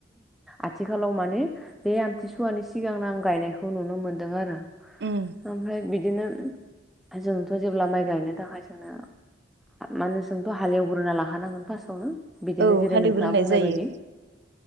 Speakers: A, in the centre; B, on the right.
A: आथिखालाव माने बेनि आथिस'वानि सिगांनो आं गायनायखौ नुनो मोनदों आरो
B: <inaudible>
A: ओमफ्राय बिदिनो जोंथ' जेब्ला माइ गायनो थाखाय जोङो माने जोंथ' हालेवग्रोना लाखानांगोन फार्स्टआवनो बिदिनो
B: औ
A: जेरै
B: हालेवग्रोनाय
A: नोंथाङा बुंनाय
B: जायो
A: बायदि